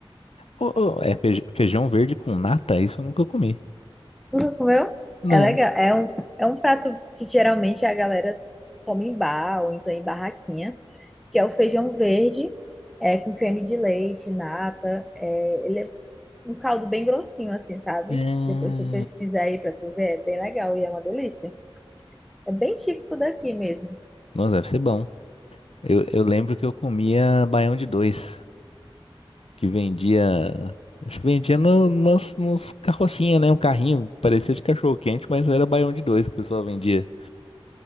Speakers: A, on the left; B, in the centre.
A: Ô, ô, é fej- feijão verde com nata? Isso eu nunca comi.
B: Nunca comeu?
A: Não.
B: É legal. É um, é um prato que geralmente a galera come em bar ou então em barraquinha, que é o feijão verde, é, com creme de leite, nata. É, ele é um caldo bem grossinho, assim, sabe?
A: É...
B: Depois tu pesquisar aí pra tu ver, é bem legal e é uma delícia. É bem típico daqui mesmo.
A: Nossa, deve ser bom. Eu, eu lembro que eu comia baião de dois, que vendia. Acho que vendia no, nos, nos carrocinha, né? Um carrinho, parecia de cachorro-quente, mas era baião de dois que o pessoal vendia.